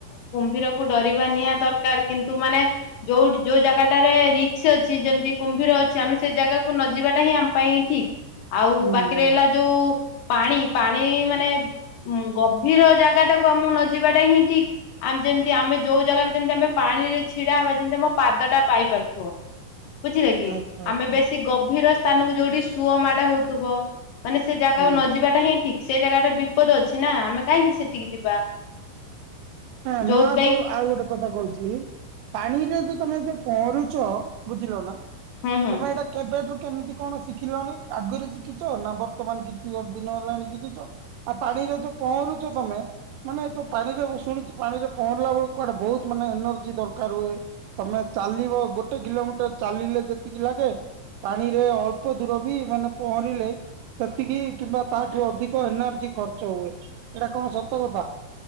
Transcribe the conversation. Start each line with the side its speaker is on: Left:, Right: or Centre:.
Left: କୁମ୍ଭୀର କୁ ଡ଼ରିବା ନିହା ଦରକାର୍। କିନ୍ତୁ ମାନେ ଯଉ ଯଉ ଜାଗାଟା ରେ ରିକ୍ସ୍ ଅଛି, ଯେମ୍ତି କୁମ୍ଭୀର ଅଛି। ଆମେ ସେ ଜାଗାକୁ ନ ଯିବାଟା ହିଁ ପାଇଁ ଠିକ୍, ଆଉ
Right: ହୁଁ
Left: ବାକି
Right: ହୁଁ
Left: ରହିଲା ଯଉ ପାଣି। ପାଣି ମାନେ ଗଭୀର ଜାଗାଟା କୁ ଆ--କୁ ନ ଯିବାଟା ହିଁ ଠିକ୍। ଆମେ ଯଉ ଜାଗାରେ ଯେମ୍ତି ଆମେ ପାଣିରେ ଛିଡ଼ା ବା, ଯେମ୍ତି ଆମ ପାଦଟା ପାଇ ପାରୁ---ବ। ବୁଝିଲେ କି,
Right: ଆଚ୍ଛା ଆଚ୍ଛା।
Left: ଆମେ ବେଶୀ ଗଭୀର ସ୍ଥାନକୁ ଯଉଠି ସୁଅ ମାଡ଼ ହଉ--ବ। ମାନେ ସେ ଜାଗାକୁ
Right: ହୁଁ
Left: ନ ଯିବାଟା ହିଁ ଠିକ୍, ସେ ଜାଗା ଟା ବିପଦ ଅଛି ନା ଆମେ କାହିଁକି ସେ--କି ଯିବା।
Right: ଆଉ
Left: ଯୋଉଥିପାଇଁ
Right: ଗୋଟେ କଥା କହୁଚି। ପାଣିରେ ଯଉ ତମେ ପ--ରୁଚ, ବୁଝିଲ ନା
Left: ହୁଁ ହୁଁ
Right: ତମେ ଏଇଟା କେବେଠୁ କେମିତି କ'ଣ ଶିଖିଲଣି? ଆଗୁରୁ ଶିଖିଚ ନା ବର୍ତ୍ତମାନ କିଛି ଦିନ ହେଲାଣି ଶିଖିଚ? ଆଉ ପାଣିରେ ପହଁରୁଚ ତମେ, ମାନେ ପାଣିରେ ମୁଁ ଶୁଣିଚି, ପାଣିରେ ପହଁରିଲା କୁଆଡ଼େ ବହୁତ୍ ମାନେ ଏନର୍ଜି ଦରକାର୍ ହୁଏ। ତମେ ଚାଲିବ, ଗୋଟେ କିଲୋମିଟର୍ ଚାଲିଲେ ଯେତିକି ଲାଗେ। ପାଣିରେ, ଅଳ୍ପ ଦୂର ବି ମାନେ ପହଁରିଲେ ସେତିକି କିମ୍ବା ତା ଠୁ ଅଧିକ ଏନର୍ଜି ଖର୍ଚ୍ଚ ହୁଏ, ଏଟା କଣ ସତ କଥା?